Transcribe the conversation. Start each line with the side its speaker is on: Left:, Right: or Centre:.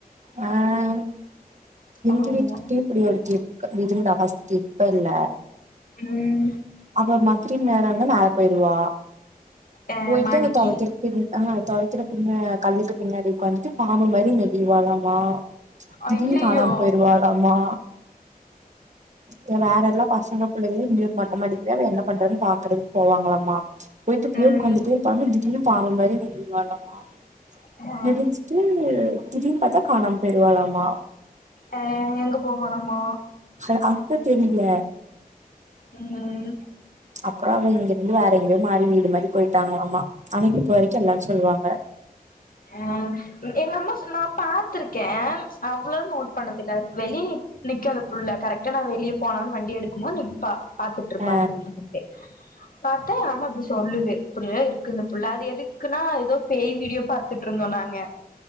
Right: அஹ் இந்து
Left: ஆமா
Right: வீட்டுக்கிட்ட இப்டி ஒருத்தி இருக் இருந்தா ஃபர்ஸ்டி இப்ப இல்ல
Left: உம்
Right: அப்ப <unintelligible> வா
Left: ஆ
Right: போயிட்டு
Left: மாடிக்கி
Right: அந்த துவைக்கறக் பின் ஆ துவைக்கற பின்ன கல்லுக்கு பின்னாடி உக்காந்துட்டு பாம்பு மாரி நெளிவாளா ளா திடீர்னு
Left: ஐயையோ
Right: காணாம போயிருவாளாமா இல்ல வேற எல்லா பசங்க பிள்ளைங்கள மேல் மொட்ட மாடிக் போய் அவ என்ன பண்றன்னு பாக்குறதுக்கு போவாங்களாமா போய்ட்டு பியு
Left: ம்
Right: உக்காந்துட்டே இருப்பாங்க திடீர்னு பாம்பு மாரி நெளி வாளமா
Left: ஆ
Right: நெளிஞ்சுட்டு திடீனு பாத்தா காணாம போயிருவாளாமா
Left: ஆ எங்க போகலாமா
Right: அ அதா தெரில
Left: ம்
Right: அப்பற அவ இங்க இருந்து வேற எங்கயோ மாறி வீடு மாறி போயிட்டாங்களாமா ஆனா இப்ப வரைக்கு எல்லாரு சொல்லுவாங்க
Left: அ எங்க அம்மா சொன்னா நா பாத்துருக்கே அவ்வளா நோட் பண்ணதில வெளிய நிக் நிக்கு அந்த புள்ள கரெக்டா நா வெளிய போலான்னு வண்டி எடுக்குமோ நிப்பா பாத்துட்ருப்பா
Right: ஆ
Left: அப்டி நின்னுட்டு பாத்தா ஆமா பிஸ் சொல்லுது அப்டில்லா இருக்கு இந்த புள்ள அது எதுக்குன்னா ஏதோ பேய் வீடியோ பா துட்ருந்தோ நாங்க